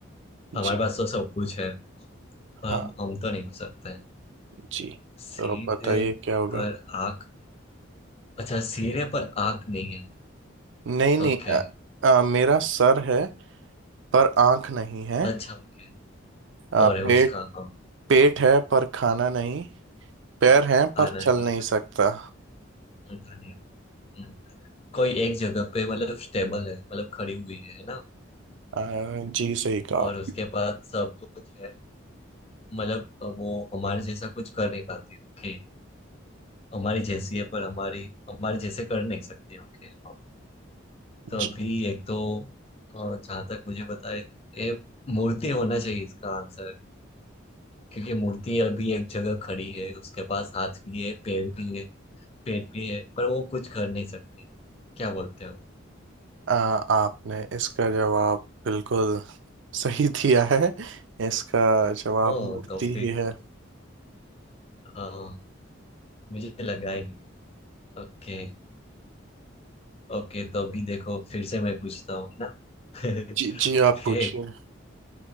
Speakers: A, on the right; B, on the left.
A: जी,
B: हमारे पास तो सब कुछ है पर
A: हाँ
B: हम हम तो नहीं हो सकते हैं
A: जी
B: सिर
A: तो अब बताइए
B: है
A: क्या होगा
B: पर आँख अच्छा सिर है पर आँख नहीं है
A: नहीं नहीं
B: ओके
A: अ, अ, मेरा सर है पर आंख नहीं है
B: अच्छा ओके
A: अ,
B: और है
A: पेट
B: उसका हाँ
A: पेट है पर खाना नहीं पैर हैं पर
B: आना
A: चल
B: नहीं
A: नहीं सकता
B: चलता नहीं हम्म, कोई एक जगह पे मतलब स्टेबल है मतलब खड़ी हुई है है ना
A: अ, जी सही कहा
B: और
A: आप
B: उसके पास सब कुछ है मतलब वो हमारे जैसा कुछ कर नहीं पाती ओके हमारी जैसी है पर हमारी हमारे जैसे कर नहीं सकती ओके तो
A: जी
B: अभी एक तो जहां तक मुझे पता है ये मूर्ति होना चाहिए इसका आंसर क्योंकि मूर्ति अभी एक जगह खड़ी है उसके पास हाथ भी है पैर भी है पेट भी है पर वो कुछ कर नहीं सकती क्या बोलते हो
A: अ, आपने इसका जवाब बिल्कुल सही <laughs> दिया है इसका जवाब
B: ओ
A: मूर्ति
B: तो फिर
A: ही है
B: हाँ मुझे लगा ही ओके ओके तो अभी देखो फिर से मैं पूछता हूँ ना <laughs> ओके
A: जी जी आप पूछिए